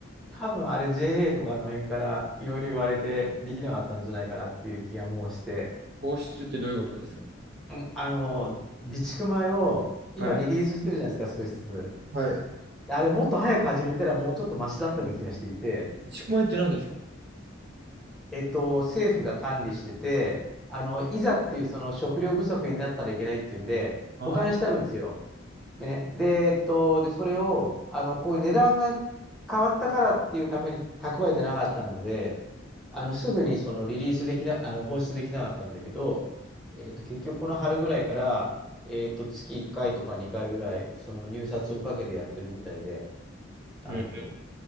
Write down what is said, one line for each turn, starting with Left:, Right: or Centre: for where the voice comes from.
Centre: 多分あれ JA とかあの辺からいろいろ言われてできなかったんじゃないかなっていう気がもうして、
Right: 放出ってどういうことですか
Centre: うん、あのー備蓄米を今リリースしてるじゃないですか、
Right: はい。
Centre: 少しずつ。
Right: はい。
Centre: あれもっと早く始めたらもうちょっとマシだったような気がしていて、
Right: 一区米って何ですか
Centre: えっと、政府が管理してて、あの、いざっていうその食料不足になったらいけないっていうんで、
Right: ああ
Centre: 保管してあるんですよ。ね。で、えっと、で、それを、あの、こういう値段が変わったからっていうために蓄えてなかったので、あの、すぐにそのリリースできな、あの、放出できなかったんだけど、えっと、結局この春ぐらいから、えっと、月1回とか2回ぐらい、その入札をかけてやってるみたいで、なるほど。
Right: ー。うん